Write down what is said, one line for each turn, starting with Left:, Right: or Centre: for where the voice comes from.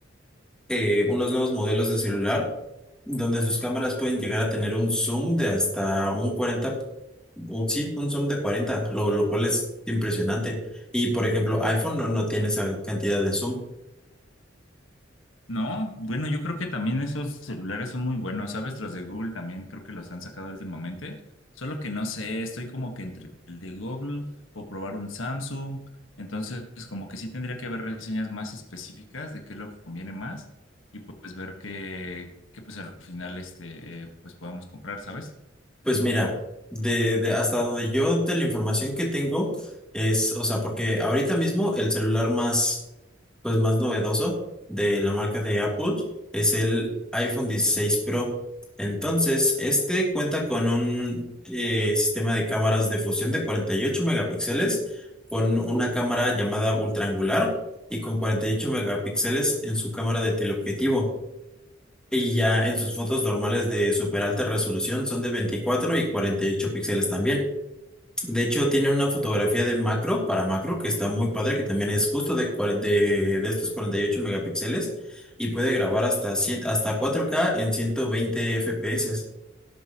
Centre: eh, unos nuevos modelos de celular donde sus cámaras pueden llegar a tener un zoom de hasta un 40 un- sí, un zoom de 40 lo, lo cual es impresionante. Y por ejemplo, iPhone no, no tiene esa cantidad de zoom.
Left: No, bueno, yo creo que también esos celulares son muy buenos, ¿sabes? Los de Google también creo que los han sacado últimamente, solo que no sé, estoy como que entre el de Google o probar un Samsung, entonces como que sí tendría que haber reseñas más específicas de qué es lo que conviene más y pues ver que, que pues al final este, pues podamos comprar, ¿sabes?
Centre: Pues mira, de, de hasta donde yo de la información que tengo es, o sea, porque ahorita mismo el celular más, pues más novedoso de la marca de Apple es el iPhone 16 Pro. Entonces, este cuenta con un eh, sistema de cámaras de fusión de 48 megapíxeles, con una cámara llamada ultraangular y con 48 megapíxeles en su cámara de teleobjetivo. Y ya en sus fotos normales de super alta resolución son de 24 y 48 píxeles también. De hecho, tiene una fotografía de macro para macro que está muy padre, que también es justo de, cuare- de, de estos 48 megapíxeles y puede grabar hasta 100 hasta cuatro k en 120 FPS.